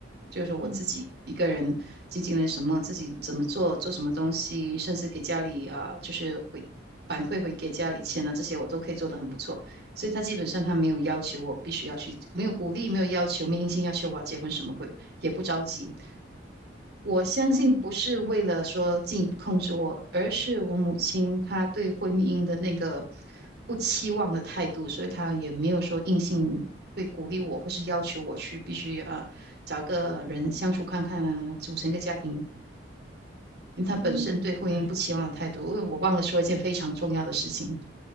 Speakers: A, on the right; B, on the right.
A: 就是说我自己一个人经济能力什么，
B: 嗯
A: 自己怎么做，做什么东西，甚至给家里啊，就是会反馈回给家里钱啊，这些我都可以做得很不错。所以他基本上他没有要求我必须要去，没有鼓励，没有要求，没硬性要求我要结婚什么鬼。也不着急。我相信不是为了说进一步控制我，
B: 嗯
A: 而是我母亲她对婚姻的那个不期望的态度，所以她也没有说硬性会鼓励我，或是要求我去必须啊找个人相处看看啊，组成一个家庭。因为她本身对婚姻不期望的态度，
B: 嗯，明白
A: 因为我忘了说一件非常重要的事情。